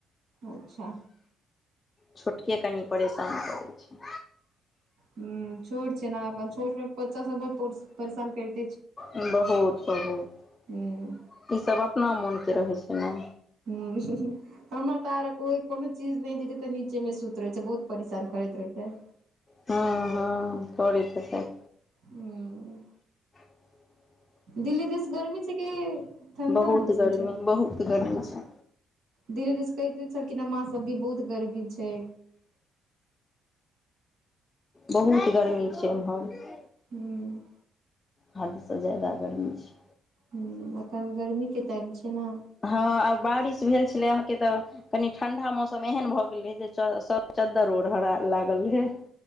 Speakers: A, on the right (about 65°); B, on the left (about 15°).
A: अच्छा
B: छोटके कनि परेशान करै छै
A: हूं छोट छै ने र छोट में बच्चा बड परेशान करैतेछै
B: बहुत बहुत
A: हूँ
B: इसभ अपना मोन केरहैत छैय न
A: हूं हमर तऽ आओर कोइ पहुंच फिरनहि देतबैतऽ नीचे में सु ईहत रहैत छैय बहुत परेशान करैत रहे छैय
B: तहाँ तरैत हेतैय
A: हूं
B: ह
A: दिल्लीदिस गर्मी छैय की ठंडा
B: बहुत
A: मौसम
B: गर्मी
A: छैय
B: बहुत गर्मी छै
A: दिल्ली दिस कहि छलखिन मां सेबहुत गर्मी दछै
B: बहुत गर्मी छै एम्हर
A: हूँ
B: हदसँ जा्यदा गर्मी छैय
A: ह अखैन गर्मीके टाइम छै न
B: हँ आव बारिश भेल छलैयअहाँके तऽ कनी ठंडा मौसम एहन भऽ गेल रहै जेसब चद्दर ओढल लागल रहैय